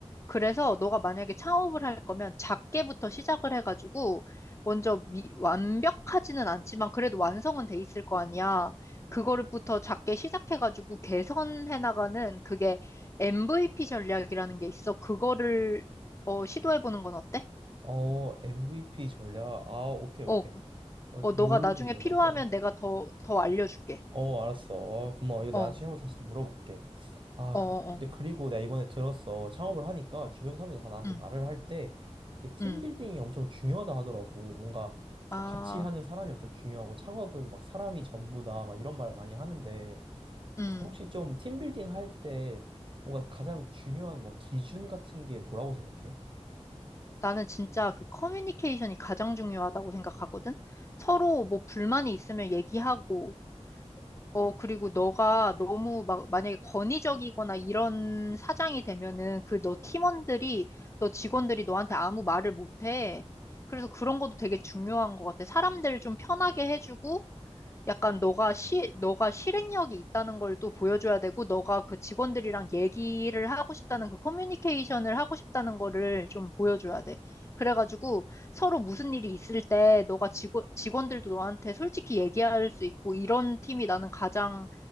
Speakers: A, on the left (about 25°); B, on the right (about 45°).
A: 그래서 너가 만약에 창업을 할 거면 작게부터 시작을 해가지고 먼저 미- 완벽하지는 않지만 그래도 완성은 돼 있을 거 아니야. 그거부터 작게 시작해가지고 개선해 나가는 그게 MVP 전략이라는 게 있어. 그거를 어, 시도해보는 건 어때?
B: 어, MVP 전략. 아, 오케이,
A: 어,
B: 오케이. 어,
A: 어,
B: 모르는
A: 너가 나중에
B: 전략이야.
A: 필요하면 내가 더, 더 알려줄게.
B: 어, 알았어. 어, 고마워. 이거
A: 어,
B: 나중에
A: 어,
B: 한번 다시 또 물어볼게. 아,
A: 어, 어.
B: 근데 그리고 내가 이번에 들었어. 창업을 하니까 주변 사람들이 다 나한테
A: 응,
B: 말을 할 때 이게 팀빌딩이
A: 응.
B: 엄청 중요하다 하더라고. 뭔가 사-
A: 아,
B: 같이 하는 사람이 엄청 중요하고 창업은 막 사람이 전부다 막 이런 말을 많이 하는데
A: 응.
B: 혹시 좀 팀빌딩 할 때 뭔가 가장 중요한 뭐 기준 같은 게 뭐라고 생각해?
A: 나는 진짜 그 커뮤니케이션이 가장 중요하다고 생각하거든? 서로 뭐 불만이 있으면 얘기하고, 어, 그리고 너가 너무 막, 만약에 권위적이거나 이런 사장이 되면은 그 너 팀원들이, 너 직원들이 너한테 아무 말을 못해. 그래서 그런 것도 되게 중요한 것 같아. 사람들 좀 편하게 해주고, 약간 너가 시, 너가 실행력이 있다는 걸 또 보여줘야 되고, 너가 그 직원들이랑 얘기를 하고 싶다는 그 커뮤니케이션을 하고 싶다는 거를 좀 보여줘야 돼. 그래가지고 서로 무슨 일이 있을 때 너가 직원, 직원들도 너한테 솔직히 얘기할 수 있고, 이런 팀이 나는 가장,